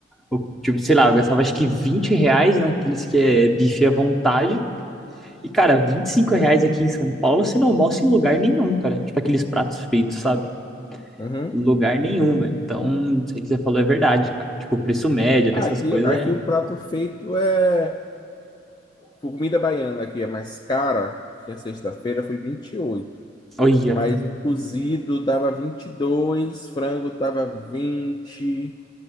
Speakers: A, in the centre; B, on the left.
A: eu, tipo, sei lá, eu gastava acho que 20 reais naqueles que é bife à vontade. E, cara, 25 reais aqui em São Paulo você não almoça em lugar nenhum, cara. Tipo, aqueles pratos feitos, sabe?
B: uhum.
A: Lugar nenhum, velho. Então, isso aí que você falou é verdade, cara. Tipo, o preço médio dessas
B: Ah, Aqui,
A: coisas
B: aqui
A: é.
B: o prato feito é comida baiana, aqui é mais cara, que é sexta-feira foi 28.
A: Olha.
B: Mas o cozido tava 22, frango tava 20.